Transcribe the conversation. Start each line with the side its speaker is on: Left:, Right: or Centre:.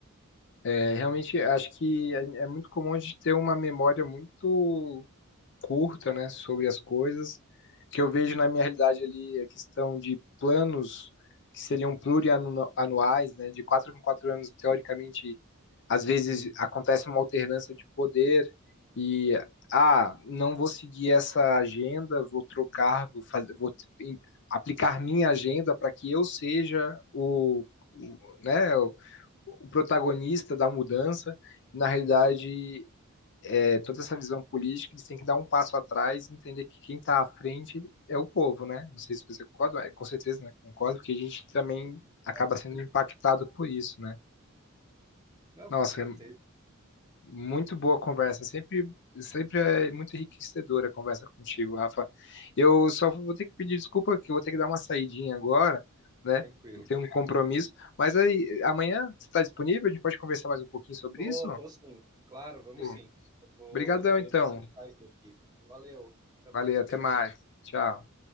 Left: É, realmente, acho que é é muito comum a gente ter uma memória muito curta, né, sobre as coisas. O que eu vejo na minha realidade ali é a questão de planos que seriam plurianuais, né, de quatro em quatro anos, teoricamente, às vezes acontece uma alternância de poder e, ah, não vou seguir essa agenda, vou trocar, vou fazer, vou em- aplicar minha agenda para que eu seja o, o, né, o protagonista da mudança. Na realidade, é, toda essa visão política, eles têm que dar um passo atrás e entender que quem está à frente é o povo, né? Não sei se você concorda, mas com certeza né? concordo, porque a gente também acaba
Right: É assim?
Left: sendo impactado por isso, né?
Right: Não,
Left: Nossa,
Right: com certeza,
Left: é muito boa a conversa, sempre sempre é muito enriquecedora a conversa contigo, Rafa. Eu só vou ter que pedir desculpa que eu vou ter que dar uma saidinha agora, né?
Right: tranquilo.
Left: Tem um compromisso, mas aí amanhã você está disponível? A gente pode conversar mais um pouquinho sobre
Right: Tô,
Left: isso?
Right: tô sim. Claro, vamos
Left: Pô,
Right: sim. Eu vou
Left: Obrigadão,
Right: também
Left: então.
Right: precisar sair aqui. Valeu. Até
Left: Valeu,
Right: mais,
Left: até
Right: Pedro.
Left: mais. Tchau.
Right: Tchau.